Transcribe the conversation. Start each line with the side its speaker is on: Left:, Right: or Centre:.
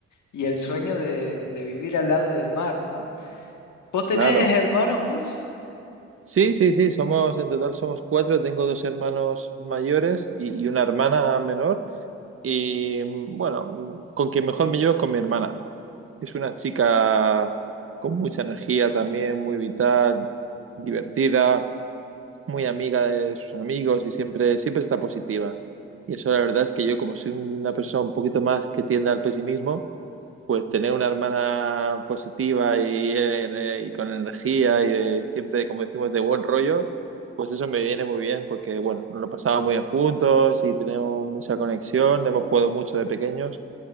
Left: y el sueño de, de vivir al lado del mar, ¿no? ¿Vos tenés
Right: claro.
Left: hermanos, Gus?
Right: Sí, sí, sí. Somos, en total somos cuatro. Tengo dos hermanos mayores y, y una hermana menor. Y mm, bueno, mm, con quien mejor me llevo es con mi hermana. Es una chica con mucha energía también, muy vital, divertida. muy amiga de sus amigos y siempre, siempre está positiva. Y eso la verdad es que yo, como soy una persona un poquito más que tiende al pesimismo, pues tener una hermana positiva y, eh, y con energía y de- siempre, como decimos, de buen rollo, pues eso me viene muy bien porque, bueno, nos lo pasamos muy bien juntos y tenemos mucha conexión, hemos jugado mucho de pequeños.